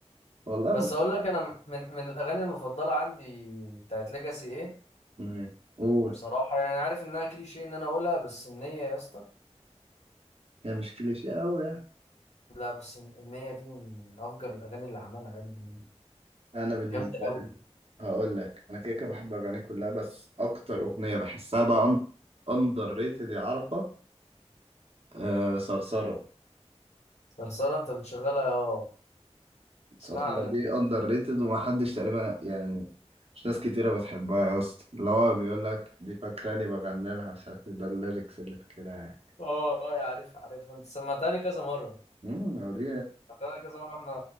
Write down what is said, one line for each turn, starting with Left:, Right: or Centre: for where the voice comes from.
Right: والله
Left: بس اقول
Right: ما
Left: لك انا من من الاغاني المفضله عندي بتاعت ليجاسي ايه
Right: فاهم. قول
Left: بصراحه يعني عارف انها كليشيه ان انا اقولها بس النيه يا اسطى
Right: هي مش كليشيه أوي يعني
Left: لا بس النيه دي من من افجر الاغاني اللي عملها يا ابني
Right: أنا بالنسبة
Left: جامده قوي
Right: لي هقول لك انا كده كده بحب اغانيه كلها بس اكتر اغنيه بحسها بقى اندر ريتد يا عرفه آه صرصره
Left: صرصره انت بتشغلها اه اسمعها
Right: صرصره
Left: مني
Right: دي
Left: صح
Right: اندر ريتد ومحدش تقريبا يعني مش ناس كتيره بتحبها يا اسطى اللي هو بيقول لك دي فاكراني بغني لها مش عارف إيه، ده الليركس اللي فاكرها يعني
Left: اه اه يا عارف عارف انت سمعتني كذا مره
Right: امم هو دي
Left: سمعتني كذا مره واحنا